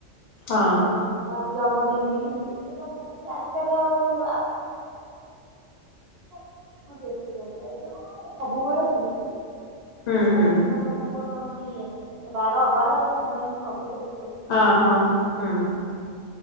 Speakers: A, on the left (about 50°); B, on the right (about 55°).
A: ହଁ।
B: ଆଉ। କାହାର ଜନ୍ମ ଦିନି ଇନ୍ତି, ଛୁଟ ମୁଟ ଆଜି କାଲି ଆଉ। <inaudible> ହଁ ବେଶି ରିଲା, ଏବେ କ'ଣ ସବୁବଳେ ଫିଷ୍ଟି କଲେ।
A: ହୁଁ
B: କଉ
A: ହୁଁ
B: ଦିନ ଲୋକଙ୍କର ମାନେ ଇଏ ନାଇଁ, ସେ ବାର ଅବାର ସଂକ୍ରାନ୍ତି ସବୁ ରେ ବି <inaudible>
A: ହଁ ହଁ ହୁଁ